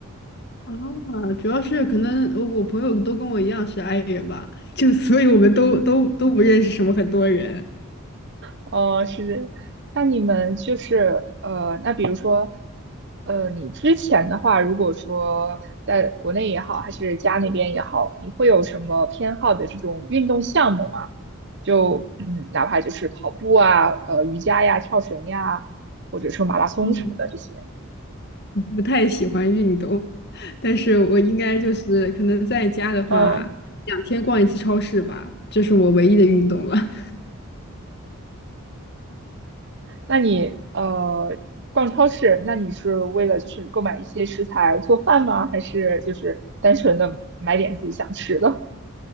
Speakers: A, on the left; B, on the right.
A: 啊，主要是可能我我朋友都跟我一样是 i 人吧，就所以我们都都都不认识什么很多人，
B: 嗯。哦，是，那你们就是呃，那比如说，呃，你之前的话，如果说在国内也好，还是家那边也好，你会有什么偏好的这种运动项目吗？就嗯，哪怕就是跑步啊，呃，瑜伽呀，跳绳呀，或者说马拉松什么的这些。
A: 嗯，不不太喜欢运动，<laughs> 但是我应该就是可能在家的话，
B: 呃，
A: 两天逛一次超市吧，这是我唯一的运动了。
B: 那你呃逛超市，那你是为了就是购买一些食材做饭吗？还是就是单纯的买点自己想吃的？